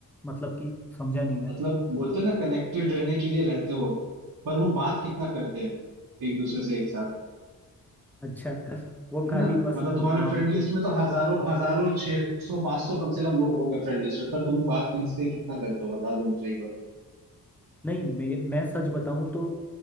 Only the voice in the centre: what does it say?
मतलब कि समझा नहीं मैं
अच्छा वो
खाली
बस
ना
नाम
के
नहीं मैं मैं सच बताऊं तो